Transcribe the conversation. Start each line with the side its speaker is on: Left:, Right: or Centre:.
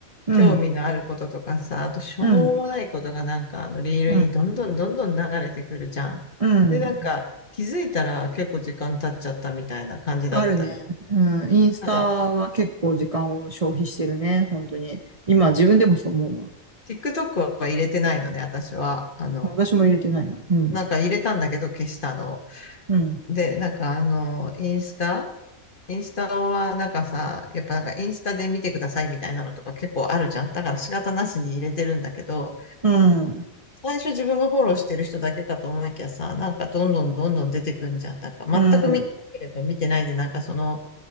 Right: うん、
Left: 興味のあることとかさ、あとしょうもないことがなんか、
Right: うん、
Left: あの、リールにどんどんどんどん流れてくるじゃん。
Right: うん、うん。
Left: で、なんか、気づいたら結構時間経っちゃったみたいな感じだったり。
Right: あるね。うん。インスタは結構時間を消費してるね。
Left: なんか、
Right: 本当に。今自分でもそう思うわ。
Left: ティ TikTok は入れてないのね、私は。あの、
Right: 私も入れてないな。うん。
Left: なんか入れたんだけど消したの。
Right: うん。
Left: で、なんかあの、インスタインスタはなんかさ、やっぱなんかインスタで見てくださいみたいなのとか結構あるじゃん。だから仕方なしに入れてるんだけど、
Right: うん。
Left: 最初自分がフォローしてる人だけかと思いきやさ、なんかどんどんどんどん出てくんじゃん。なんか全く見てなければ見てないで、
Right: う
Left: なんかその、